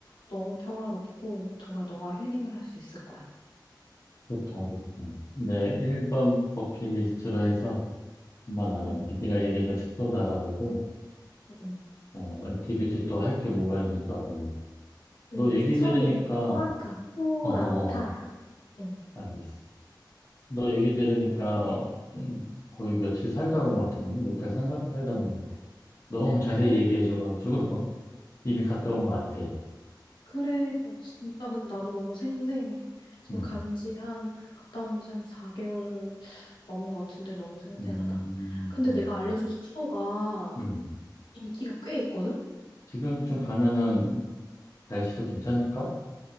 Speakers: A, on the left; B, on the left.
A: 너무 평화롭고 정말 너가 힐링을 할 수 있을 거야.
B: 좋다, 좋다. 내 1번 버킷리스트로 해서 한번 알아볼게.
A: 응,
B: 네가 얘기해준 숙소도 알아보고.
A: 응, 응.
B: 어, 액티비티 또 할 게 뭐가 있는지 또 알아보고.
A: 응.
B: 너 얘기
A: 섬
B: 들으니까,
A: 그래. 이름이 코란타. 코란타야?
B: 어, 어, 어,
A: 응.
B: 알겠어. 너 얘기 들으니까, 음, 거의 며칠 살다 온 것 같은데? 몇 달 살다 온 것 같아. 너무 자세히
A: 그래?
B: 얘기해줘가지고, <laughs> 이미 갔다 온 것 같아.
A: 그래. 어, 진짜 근데 나도 너무 생생해. 지금
B: 음,
A: 간지 한 갔다 온지 한 4개월 넘은 것 같은데 너무 생생하다.
B: 음,
A: 근데
B: 음,
A: 내가 알려준 숙소가
B: 음.
A: 인기가 꽤 있거든?
B: 지금쯤 가면은 날씨도 괜찮을까?